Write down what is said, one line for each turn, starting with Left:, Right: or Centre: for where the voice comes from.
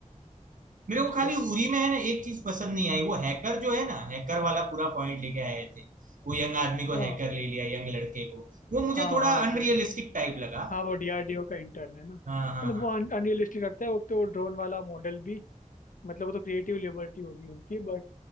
Right: मेरे को खाली
Left: मतलब
Right: उरी में है ना एक चीज पसंद नहीं आई वो हैकर जो है ना हैकर वाला पूरा पॉइंट लेके आए थे वो यंग आदमी को
Left: हाँ
Right: हैकर ले लिया यंग लड़के को वो मुझे
Left: हाँ
Right: थोड़ा
Left: हाँ
Right: अनरियलिस्टिक
Left: वो
Right: टाइप लगा
Left: हाँ वो डीआरडीओ का इंटर्न है ना मतलब
Right: हाँ हाँ हाँ
Left: वो अनरियलिस्टिक लगता है वो तो ड्रोन वाला मॉडल भी मतलब वो तो क्रिएटिव लिबर्टी होगी उनकी बट